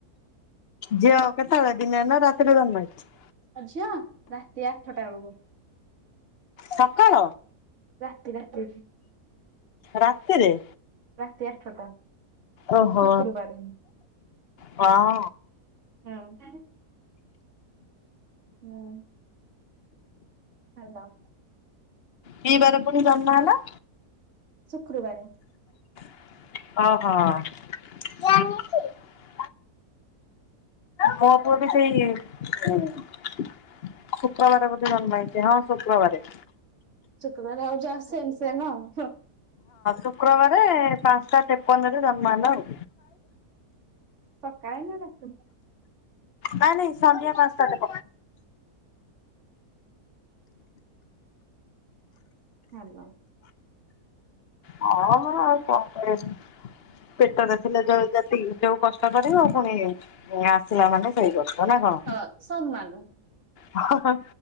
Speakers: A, on the left; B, on the right.
A: ଝିଅ କେତେବେଳେ ଦିନ ରେ ନା ରାତି ରେ ଜନ୍ମ ହେଇଚି?
B: ମୋ ଝିଅ ରାତି ଆଠଟା ବେଳକୁ।
A: ସକାଳ
B: ରାତି ରାତି
A: ରାତିରେ?
B: ରାତି ଆଠଟା
A: ଓହୋ
B: ଶୁକ୍ରବାରେ
A: ହଁ।
B: ହୁଁ। ହୁଁ। ହାଲୋ।
A: କି ବାର ପୁଣି ଜନ୍ମ ହେଲା?
B: ଶୁକ୍ରବାରେ
A: ଓହୋ। ମୋଅ ପୁଅ ବି ସେଇ ଶୁକ କ୍ରବାର ବୋଧେ ଜନ୍ମ ହେଇଚି ହଁ ଶୁକ୍ରବାର।
B: ଶୁକ୍ରବାର ଆଉ ଯା ସେମ ସେମ ଆଉ ହୁଁ।
A: ଶୁକ୍ରବାର ପାଞ୍ଚଟା ତେପନ ରେ ଜନ୍ମ ହେଲା ଆଉ।
B: ସକାଳେ ନା ରାତିରେ?
A: ନାଇଁ ନାଇଁ ସନ୍ଧ୍ୟା ପାଞ୍ଚଟାରେ
B: ହ୍ୟାଲୋ।
A: ହଁ ହ ଆଉ କଣ କହିବି ପେଟରେ ଥିଲେ ଜଳ ଜାତି ଯୋଉ କଷ୍ଟ କରିବ ପୁଣି ଆସିଲା ମାନେ ସେଇ କଷ୍ଟ ନା କଣ
B: ହଁ ସମାନ
A: ହ ହ।